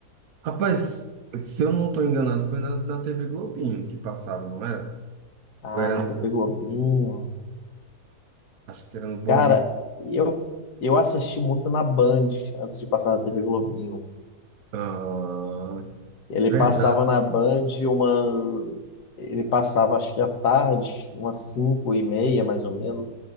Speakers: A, on the right (about 65°); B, on the left (about 75°).
A: Rapaz, se eu não tô enganado, foi na, na TV Globinho que passava, não era?
B: Ah,
A: Ou era
B: na
A: no,
B: TV Globinho.
A: acho que era no Bom
B: Cara,
A: Dia.
B: eu, eu assisti muito na Band, antes de passar na TV Globinho.
A: Ah,
B: Ele
A: verdade.
B: passava na Band umas... Ele passava, acho que à tarde, umas cinco e meia, mais ou menos.